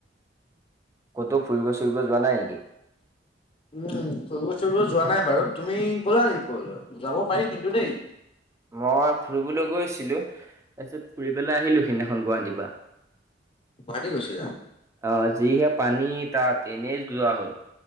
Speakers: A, on the right; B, on the left.
A: কতো ফুৰিব চুৰিব যোৱা নাই নিকী?
B: উম ফুৰিব চুৰিব যোৱা নাই বাৰু, তুমি গ'লা নেকি কবালৈ যাব পাৰি কিন্তু দেই।
A: মই ফুৰিবলৈ গৈছিলো তাৰপিছত ফুৰিপেলাই আহিলো সেইদিনাখন গুৱাহাটীপা।
B: গুৱাহাটী গৈছিলা?
A: অ যিহে পানী তাত এনেই যোৱা হ'ল।